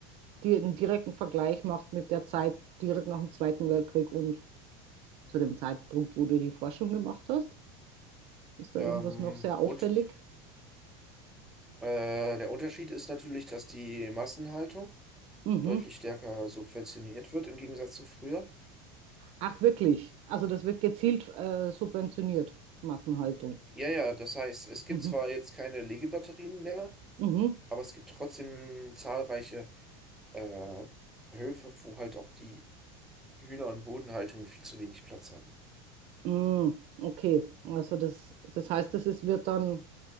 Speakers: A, on the right; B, in the centre.
A: die, einen direkten Vergleich macht mit der Zeit direkt nach dem Zweiten Weltkrieg und zu dem Zeitpunkt, wo du die Forschung gemacht hast? Ist
B: Ähm,
A: da irgendwas noch sehr auffällig?
B: und äh, der Unterschied ist natürlich, dass die Massenhaltung
A: mhm
B: deutlich stärker subventioniert wird im Gegensatz zu früher.
A: Ach, wirklich? Also das wird gezielt äh, subventioniert, Massenhaltung.
B: Ja, ja, das heißt, es gibt
A: Mhm.
B: zwar jetzt keine Legebatterien mehr,
A: Mhm.
B: aber es gibt trotzdem zahlreiche äh, Höfe, wo halt auch die Hühner- und Bodenhaltung viel zu wenig Platz haben.
A: Mm, okay, also das, das heißt, das ist, wird dann